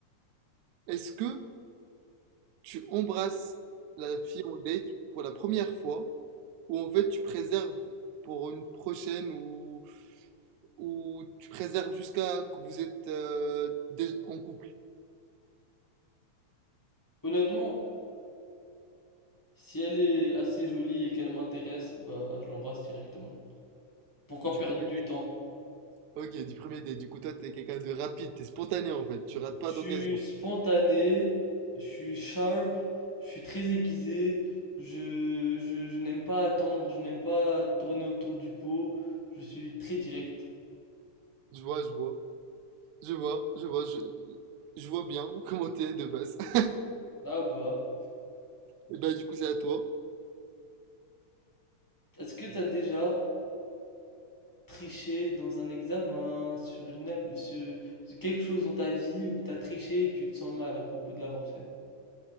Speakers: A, on the right (about 80°); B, on the left (about 20°).
A: est-ce que tu embrasses la fille en date pour la première fois, ou en fait tu préserves pour une prochaine, ou, ou tu préserves jusqu'à que vous êtes euh, dé- en couple,
B: Honnêtement, si elle est assez jolie et qu'elle m'intéresse, bah, je l'embrasse directement. Pourquoi
A: du
B: perdre
A: premier
B: du
A: date.
B: temps?
A: Ok, du premier date. Du coup, toi, t'es quelqu'un de rapide, t'es spontané en fait, tu rates pas
B: Je suis
A: d'occasion.
B: spontané, je suis sharp, je suis très aiguisé, je, je, je n'aime pas attendre, je n'aime pas tourner autour du pot, je suis très direct.
A: Je vois, je vois, je vois, je vois, je, je vois bien <laughs> comment t'es de base. <laughs>
B: Ah bah,
A: Et bah, du coup, c'est à toi.
B: est-ce que t'as déjà tricher dans un examen, sur une, am- sur, sur quelque chose dans ta vie où t'as triché et tu te sens mal à propos de l'avoir fait.